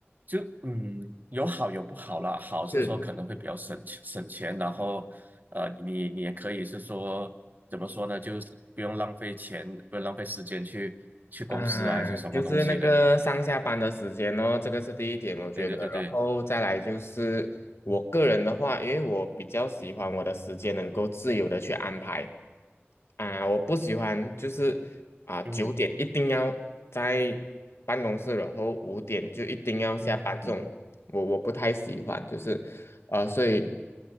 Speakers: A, on the right; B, on the left.
A: 就嗯，有好有不好啦。好是说可能会比较省钱省钱，
B: 是
A: 然后呃，你你也可以是说怎么说呢，就是不用浪费钱，不用浪费时间去去公司啊，
B: 啊，
A: 还是什么东西的。
B: 嗯就是那个上下班的时间哦，这个是第一点，我觉得。
A: 对对对对，
B: 然后再来就是我个人的话，因为我比较喜欢我的时间能够自由的去安排。啊，我不喜欢就是啊九点一定要在办公室，
A: 嗯哼
B: 然后五点就一定要下班这种，
A: 嗯哼
B: 我我不太喜欢，就是啊，所以